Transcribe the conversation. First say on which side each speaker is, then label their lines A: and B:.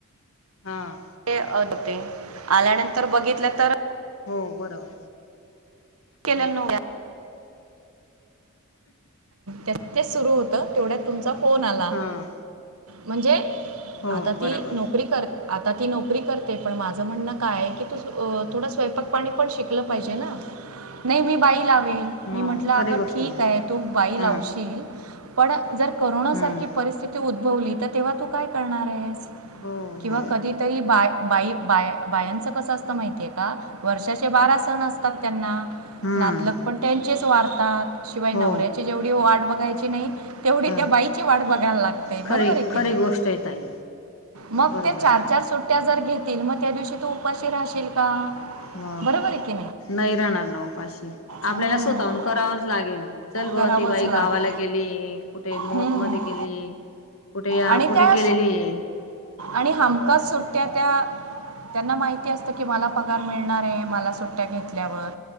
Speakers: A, on the left; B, on the right.
A: हा.
B: ते आत होते आल्यानंतर बघितलं तर.
A: हो बरोबर.
B: <unintelligible>
A: हां
B: तेच सुरु होत तेवढ्यात तुमचा फोन आला
A: हां
B: म्हणजे.
A: हो
B: आता
A: बरोबर
B: ती नोकरी कर आता ती नोकरी करते पण माझं म्हणणं काय की अ तू थोडं स्वयंपाक पाणी पण शिकलं पाहिजे ना. न्हय मी बाई लावीन
A: मग
B: मी म्हटलं
A: खरी
B: अगं
A: गोष्ट
B: ठीकय
A: आहे
B: तू बाई लावशील
A: हां
B: पण. जर कोरोनासारखी
A: हां
B: परिस्थिती उद्भवली तर तेव्हा तू काय करणार आहेस.
A: हो
B: किंवा
A: हो
B: कधीतरी बाय बाई बाया बायांचं कसं असतं माहितीय आहे, का वर्षाचे बारा सण असतात त्यांना.
A: हां
B: नातलक पण त्यांचेच वारतात शिवाय नवऱ्याची
A: हो
B: जेवढी वाट बघायची न्हय तेवढी
A: हां
B: त्या बाईची वाट बघायला लागते
A: खरी
B: बरोबर
A: खरी
B: की नई.
A: गोष्ट आहे ताई
B: मग
A: बरोबर
B: ते चार,
A: आहे
B: चार सुट्ट्या जर घेतील मग त्या दिवशी तू उपाशी राहशील का.
A: ह
B: बरोबर आहे की
A: नाही राहणार ना ऊपाशी आपल्याला
B: हम्म,
A: स्वतःहून करावंच लागेल. चल ब
B: करावंच
A: ती बाई
B: लागेल
A: गावाला गेलीये कुठे
B: हम्म.
A: मोत मध्ये गेलीय. कुठे
B: आणि
A: आ कुठे
B: त्या
A: गेलेलीए.
B: आणि हमखास सुट्ट्या त्या त्यांना माहि माहिती असत की, मला पगार मिळणार अय मला सुट्ट्या घेतल्यावर.